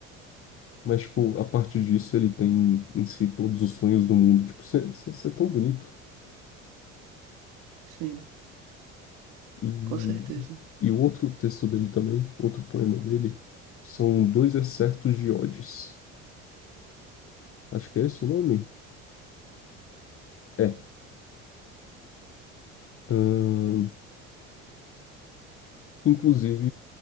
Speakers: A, on the left (about 40°); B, on the right (about 75°).
A: Mas, tipo, a partir disso, ele tem em si todos os sonhos do mundo. Tipo, você é tão bonito.
B: Sim,
A: E,
B: com certeza.
A: e o outro texto dele também, outro poema dele, são dois excertos de odes. Acho que é esse o nome? É. Ahn, inclusive,